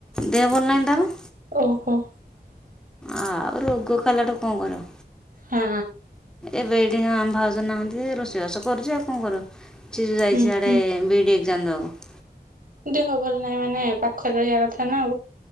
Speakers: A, in the centre; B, on the right (about 55°).
A: ଦେହ ଭଲ ନାଇଁ ତାର।
B: ଓହୋ।
A: ଆଉ ରୋଗ ଖାଇଲାଠୁ କଣ କରିବ।
B: ହଁ।
A: ଏବେ ଏଇଠି ହଁ ଭାଉଜ ନାହାନ୍ତି, ରୋଷେଇ ବାସ କରୁଛି ଆଉ କଣ କରିବ। ସେ ଯୋଉ ଯାଇଛି
B: ହୁଁ
A: ସିଆଡେ
B: ହୁଁ।
A: ବି ଇ ଡ଼ି ଏକ୍ସାମ ଦବାକୁ।
B: ଦେହ ଭଲ ନାହିଁ ମାନେ ପାଖରେ ରହିବା କଥା ନା ଆଉ।